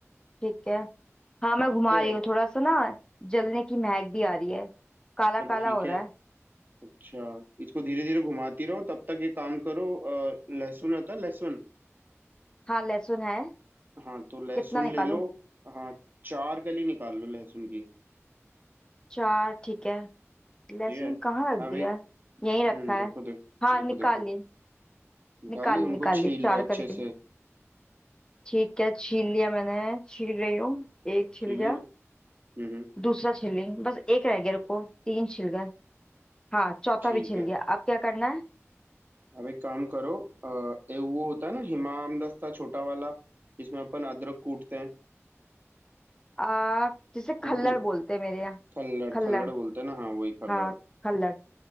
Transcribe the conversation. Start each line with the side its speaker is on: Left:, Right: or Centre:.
Left: ठीक है हाँ मैं
Right: ठीक
Left: घुमा
Right: है
Left: रही हूँ थोड़ा सा ना जलने की महक भी आ रही है काला
Right: चलो
Left: काला
Right: ठीक
Left: हो
Right: है
Left: रहा है
Right: अच्छा इसको धीरे धीरे घुमाती रहो तब तक ये काम करो अ, लहसुन होता है लहसुन
Left: हाँ लहसुन है
Right: हाँ तो लहसुन
Left: कितना निकालूं
Right: ले लो हाँ चार कली निकाल लो लहसुन की
Left: चार ठीक है लहसुन
Right: ठीक है
Left: कहाँ रख
Right: अब
Left: दिया
Right: एक
Left: है यहीं रखा
Right: हम्म देखो
Left: है
Right: देखो
Left: हाँ
Right: देखो
Left: निकाल
Right: देखो
Left: ली
Right: निकाल
Left: निकाल
Right: ली उनको
Left: निकाल
Right: छील
Left: ली चार
Right: लो अच्छे
Left: कली
Right: से
Left: ठीक है छील लिया मैंने छील रही हूँ एक छिल
Right: छील
Left: गया
Right: रही हो? हम्म हम्म,
Left: दूसरा छिल ली बस एक रह गया रुको तीन छिल गए हाँ चौथा
Right: ठीक
Left: भी छिल
Right: है
Left: गया अब क्या करना है
Right: अब एक काम करो अ, ए वो होता है ना हिमाम दस्ता छोटा वाला जिसमें अपन अदरक कूटते हैं
Left: आ जिसे
Right: कूटू
Left: खल्लड़ बोलते हैं मेरे यहाँ
Right: खल्लड़
Left: खल्लड़
Right: खल्लड़ बोलते हैं ना हाँ वही खल्लड़
Left: हाँ खल्लड़